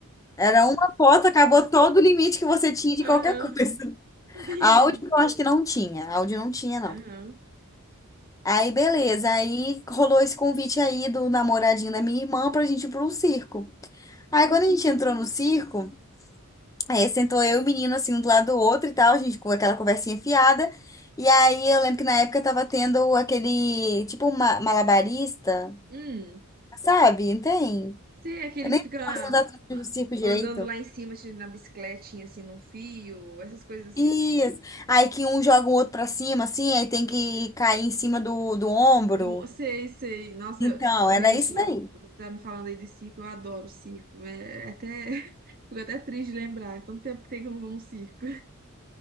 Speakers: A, on the left; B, on the right.
A: Era uma foto, acabou todo o limite que você tinha de qualquer
B: Aham,
A: coisa.
B: <laughs>
A: <laughs>
B: entendi.
A: Áudio eu acho que não tinha, áudio não tinha, não.
B: Aham.
A: Aí, beleza. Aí rolou esse convite aí do namoradinho da minha irmã pra gente ir pra um circo. Aí, quando a gente entrou no circo, aí sentou eu e o menino assim, um do lado do outro e tal, a gente com aquela conversinha fiada. E aí, eu lembro que na época tava tendo aquele, tipo, um ma- malabarista,
B: Hum,
A: sabe? Não Tem?
B: você é aquele
A: Eu nem
B: que fica
A: posso dar
B: ah,
A: do circo direito.
B: andando lá em cima assim, na bicicletinha assim num fio, essas coisas
A: Isso.
B: assim?
A: Aí que um joga o outro pra cima, assim, aí tem que cair em cima do, do ombro.
B: Do, sei, sei. Nossa,
A: Então,
B: eu- gente,
A: era isso daí.
B: você tá me falando aí de circo, eu adoro circo. É, é até, <laughs> fico até triste de lembrar. É Tanto tempo que tem que eu não vou num circo.